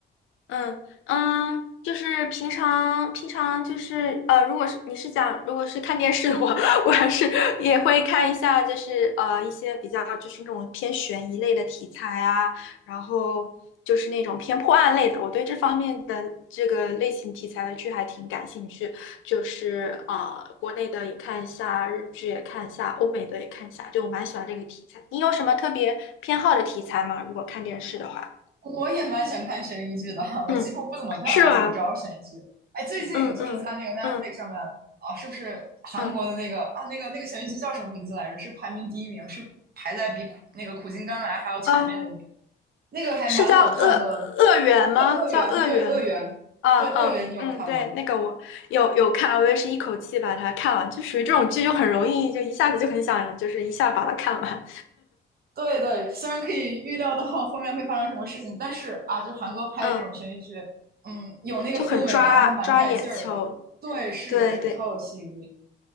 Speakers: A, on the left; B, on the right.
A: 嗯嗯，就是平常平常就是呃，如果是你是讲如果是看电视的话，<laughs> 我还是也会看一下，就是呃一些比较就是那种偏悬疑类的题材啊，然后就是那种偏破案类的，我对这方面的这个类型题材的剧还挺感兴趣，就是啊，国内的也看一下，日剧也看一下，欧美的也看一下，就我蛮喜欢这个题材。你有什么特别偏好的题材吗？如果看电视的话？
B: 我也蛮想看悬疑剧的，<laughs>
A: 嗯，
B: 我几乎不怎么看爱情招悬疑剧。
A: 是吗？
B: 哎，最近就是在那个
A: 嗯嗯嗯
B: Netflix 上面啊，是不是韩国的那个啊那个那个悬疑剧叫什么名字来着？
A: 嗯
B: 是排名第一名，是排在比苦那个《苦尽甘来》还要前面的一名。
A: 啊，
B: 那个还蛮好看的，
A: 是叫恶恶缘吗？
B: 对《恶缘》，
A: 叫恶缘吗？
B: 对《恶缘》，
A: 啊嗯嗯，
B: 对《恶缘》，你有看吗？
A: 对，那个我有有看啊，我也是一口气把它看完，就属于这种剧就很容易，就一下子就很想，就是一下把它看完，
B: 对对，虽然可以预料到后面会发生什么事情，但是啊，就韩国拍这种悬疑剧，
A: 嗯，
B: 嗯，有那个氛围感，
A: 就很抓抓眼球。
B: 还蛮带劲儿的。对，是的是，
A: 对对
B: 超有吸引力。